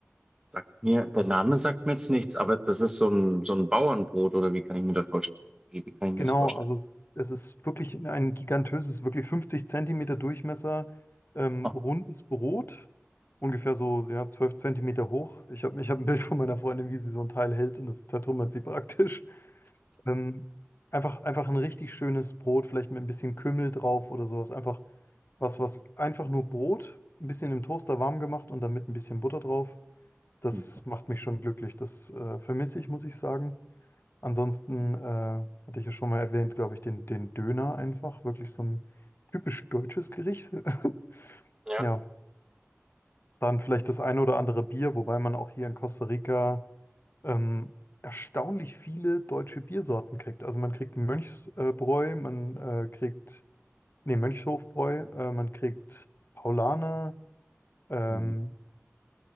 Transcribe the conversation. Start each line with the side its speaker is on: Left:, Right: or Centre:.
Right: Sagt mir, der Name sagt mir jetzt nichts, aber das ist so ein, so ein Bauernbrot oder wie kann ich mir das vorstellen? Wie, wie kann ich mir
Left: Genau,
Right: das vorstellen?
Left: also es ist wirklich ein gigantöses, wirklich 50 Zentimeter Durchmesser, ähm,
Right: Ah,
Left: rundes Brot, ungefähr so ja, 12 Zentimeter hoch. Ich habe ich hab ein Bild von meiner Freundin, wie sie so ein Teil hält und das zertrümmert sie praktisch. Ähm, einfach, einfach ein richtig schönes Brot, vielleicht mit ein bisschen Kümmel drauf oder sowas. Einfach was, was einfach nur Brot, ein bisschen im Toaster warm gemacht und dann mit ein bisschen Butter drauf. Das
Right: mhm.
Left: macht mich schon glücklich. Das äh, vermisse ich, muss ich sagen. Ansonsten äh, hatte ich ja schon mal erwähnt, glaube ich, den, den Döner einfach. Wirklich so ein typisch deutsches Gericht. <laughs>
Right: ja.
Left: Ja, dann vielleicht das eine oder andere Bier, wobei man auch hier in Costa Rica ähm, erstaunlich viele deutsche Biersorten kriegt. Also man kriegt Mönchsbräu, man äh, kriegt, nee, Mönchshofbräu, äh, man kriegt Paulaner, ähm,
Right: Mhm.